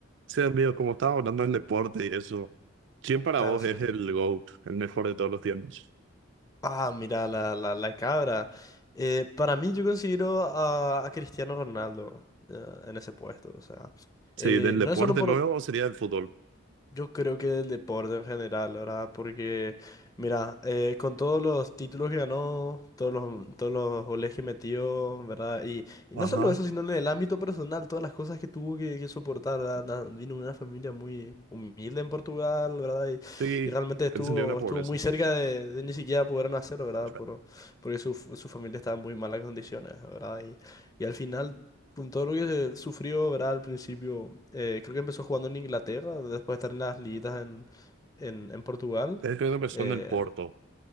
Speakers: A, on the right; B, on the left.
A: Sí, amigo, como estaba hablando del deporte y eso, ¿quién para
B: Claro,
A: vos
B: sí.
A: es el GOAT, el mejor de todos los tiempos?
B: Ah, mira, la, la, la cabra. Eh, para mí, yo considero a, a Cristiano Ronaldo eh, en ese puesto. O sea,
A: Sí,
B: eh,
A: del deporte
B: no es solo por
A: luego sería el fútbol.
B: Yo creo que del deporte en general, ¿verdad? Porque, mira, eh, con todos los títulos que ganó, todos los, todos los goles que metió, ¿verdad? Y, y no
A: Ajá.
B: solo eso, sino en el ámbito personal, todas las cosas que tuvo que, que soportar, ¿verdad? Na- Vino de una familia muy humilde en Portugal, ¿verdad? Y,
A: Sí,
B: y realmente estuvo,
A: él salió de la pobreza.
B: estuvo muy cerca de, de ni siquiera poder nacer, ¿verdad?
A: Él
B: Por, porque su, su familia estaba en muy malas condiciones, ¿verdad? Y, y al final con todo lo que se sufrió, ¿verdad? Al principio, eh, creo que empezó jugando en Inglaterra, después de estar en las liguitas en, en, en Portugal.
A: creo que empezó
B: Eh,
A: en el Porto,